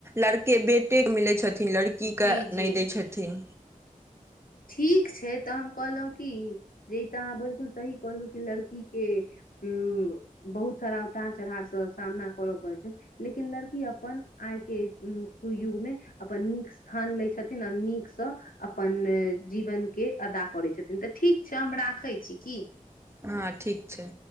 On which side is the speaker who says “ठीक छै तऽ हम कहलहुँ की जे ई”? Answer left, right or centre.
Left